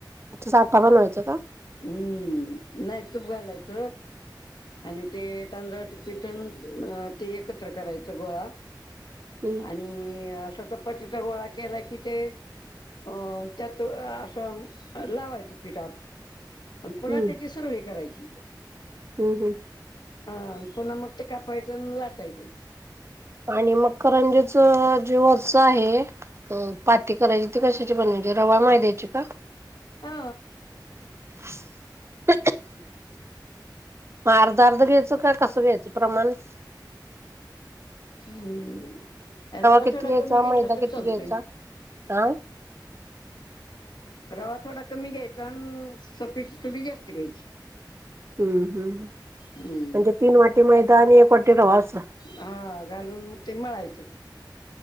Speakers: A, on the right; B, on the left.
A: साठा पण व्हायचं का
B: हम्म नाही तूप घालायच आणि ते तांदळाच पिठून अ ते एकत्र करायचं गोळा
A: हम्म
B: आणि असाच पतीचा गोळा केला की ते अं त्यात असं लावायचं पिठात प पुन्हा
A: हम्म
B: त्याची सुरू हे करायची
A: हम्म हम्म
B: हा पुन्हा मग ते कापायचं लाटायचं
A: आणि मकरंजेच जे वरच आहे पाती करायची ते कशाची बनवायची रवा मायद्यायची का
B: हा
A: <inaudible> अर्ध अर्ध घ्यायच का कसं घ्यायचं प्रमाण
B: आणि रवा
A: किती
B: थोडा
A: घ्यायचा
B: कमी घेतला
A: मैदा
B: तर
A: किती
B: चालतोय
A: घ्यायचा हा
B: रवा थोडा कमी घ्यायचा आणि सपेची चुडी जास्त घ्यायची
A: हम्म हम् म्हणजे
B: हम्म
A: तीन वाटी मैदा आणि एक वाटी रवास
B: हा घालूनग ते मळायचं